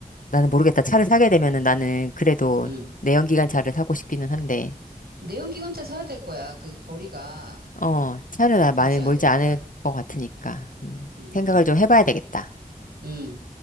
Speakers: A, on the left; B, on the right.
A: 나는 모르겠다. 차를 사게 되면은 나는 그래도
B: 음.
A: 내연기관 차를 사고 싶기는 한데,
B: 내연기관차 사야 될 거야. 그 거리가
A: 어, 차를 나
B: 길지
A: 많이 몰지
B: 않으니까.
A: 않을 것 같으니까, 음,
B: 음,
A: 생각을
B: 음,
A: 좀 해봐야 되겠다.
B: 음.